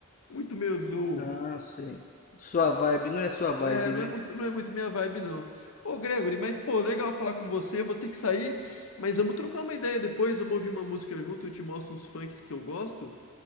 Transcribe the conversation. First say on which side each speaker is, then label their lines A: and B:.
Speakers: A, on the left (about 75°); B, on the left (about 40°).
A: muito meu, meu...
B: Ah, sei. Sua vibe não é sua vibe,
A: É, não
B: né?
A: é muito, não é muito minha vibe, não. Ô, Gregory, mas pô, legal falar com você. Eu vou ter que sair, mas vamos trocar uma ideia depois. Vamos ouvir uma música junto. Eu te mostro uns funks que eu gosto.